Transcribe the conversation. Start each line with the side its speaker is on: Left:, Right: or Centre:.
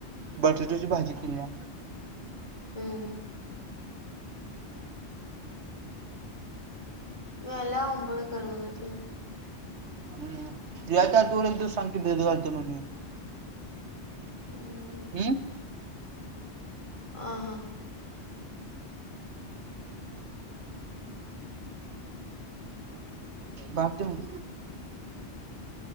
Right: बटाट्याची भाजी केल्या.
Left: हम्म हम्म मी आल्यावर आंबोळी कर म्हणाव तिला.
Right: हम् यायच्या आदोगर एक दिवस सांग की, भिजत घालत्या म मम्मी.
Left: हम्म
Right: अं
Left: हा हा.
Right: भात देवून